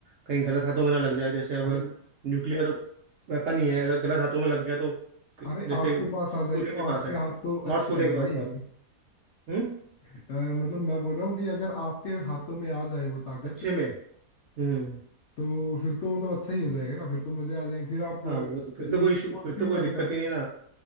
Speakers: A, on the right; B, on the left.
A: कहीं गलत हाथों में ना लग जाए जैसे अब
B: अरे
A: न्यूक्लियर वेपन ही है अगर गलत हाथों में लग गया तो क-
B: अरे
A: जैसे
B: आपके पास
A: साउथ
B: आ जाए
A: कोरिया
B: तो
A: के
B: आपके
A: पास है
B: हाथ तो
A: नॉर्थ
B: अच्छे
A: कोरिया
B: है ना
A: के पास
B: भाई
A: सॉरी
B: <laughs>
A: हम्म
B: अ, मतलब मैं बोल रहा हूँ कि अगर आपके हाथों में आ जाए वो ताकत
A: अच्छे में हम्म
B: तो फिर तो मतलब अच्छा ही हो जाएगा ना फिर तो मजे आ जाएंगे फिर आप
A: हाँ
B: अ,
A: वो तो फिर
B: ये
A: तो कोई इशू
B: कौन
A: फिर तो
B: सी
A: कोई
B: वाली
A: दिक्कत
B: ताकत
A: ही नहीं ना